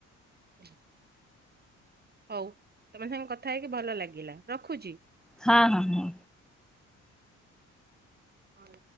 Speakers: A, on the right (about 30°); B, in the centre.
A: ହ ହଉ ତମ ସାଙ୍ଗେ କଥା ହେଇକି ଭଲ ଲାଗିଲା ରଖୁଛି ହୁଁ।
B: ହଁ ହଁ ହଁ।
A: ହଁ।